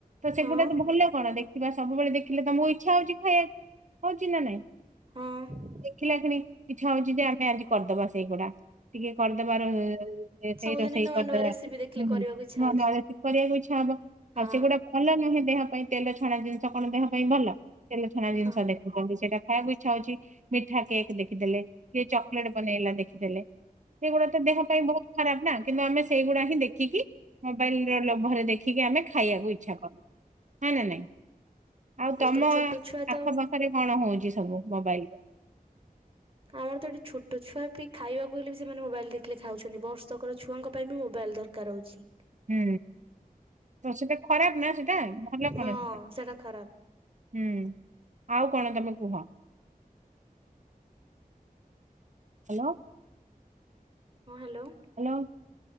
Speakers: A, on the right; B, on the right.
A: ତ
B: ହଁ
A: ସେଗୁଡା ତ ଭଲ। କଣ ଦେଖିବା ସବୁବେଳେ ଦେଖିଲେ ତମ ଇଛା ହଉଛି ଖାଇବାକୁ ହଉଛି ନା ନାଇଁ?
B: ହଁ।
A: ଦେଖିଲା ଖିଣି ଇଛା ହଉଛି ଯେ ଆମେ ଆଜି କରିଦବା ସେଇଗୁଡା ଟିକେ କରିଦବାର ସିଏ ସେଇ
B: ସବୁଦିନ
A: ରୋଷେଇ
B: ନୂଆ
A: କରଦେଲାଣି
B: ନୂଆ ରେସିପି ଦେଖିଲେ
A: ହୁଁ ହୁଁ
B: କରିବାକୁ ଇଚ୍ଛା ହଉଛି
A: <inaudible> କରିବାକୁ ଇଛା ହବ
B: ହଁ
A: ଆଉ ସେଗୁଡା ଭଲ ନୁହେଁ ଦେହ ପାଇଁ ତେଲ ଛଣା ଜିନିଷ କଣ ଦେହ ପାଇଁ ଭଲ ତେଲ ଛଣା ଜିନିଷ
B: ହଁ
A: ଦେଖୁଛନ୍ତି ସେଇଟା ଖାଇବାକୁ ଇଚ୍ଛା ହଉଛି। ମିଠା କେକ୍ ଦେଖିଦେଲେ କିଏ ଚକୋଲେଟ ବନେଇଲା ଦେଖିଦେଲେ। ସେଇଗୁଡା ତ ଦେହ ପାଇଁ ବହୁତ ଖରାପ ନା କିନ୍ତୁ ଆମେ ସେଇଗୁଡା ହିଁ ଦେଖିକି ମୋବାଇଲରେ ଲୋଭରେ ଦେଖିକି ଆମେ ଖାଇଆକୁ ଇଚ୍ଛା କରୁ। ହଁ ନା ନାଇଁ ଆଉ
B: ଆଜିକାଲି
A: ତମ
B: ଛୋଟ ଛୁଆ ତ
A: ଆଖପାଖରେ କଣ ହଉଛି ସବୁ ମୋବାଇଲ?
B: ଆମର ତ ଏଠି ଛୋଟ ଛୁଆ ବି ଖାଇବାକୁ ହେଲେ ବି ସେମାନେ ମୋବାଇଲ ଦେଖିଲେ ଖାଉଛନ୍ତି ବର୍ଷକର ଛୁଆଙ୍କ ପାଇଁ ବି ମୋବାଇଲ ଦର କାର ହଉଛି।
A: ହୁଁ ତ ସେଟା ଖରାପ ନା ସେଟା ଭଲ କଣ
B: ହଁ
A: ସେଟା।
B: ସେଇଟା ଖରାପ
A: ହୁଁ ଆଉ କଣ ତମେ କୁହ? ହ୍ୟାଲୋ।
B: ହଁ ହ୍ୟାଲୋ।
A: ହ୍ୟାଲୋ